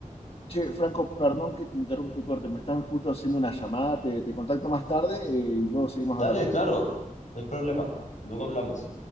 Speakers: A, on the left; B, on the left.
A: Che, Franco, perdón que te interrumpa y te corte, me están justo haciendo una llamada, te, te contacto más tarde eh, y luego seguimos
B: Dale,
A: hablando.
B: claro, no hay problema. Luego hablamos.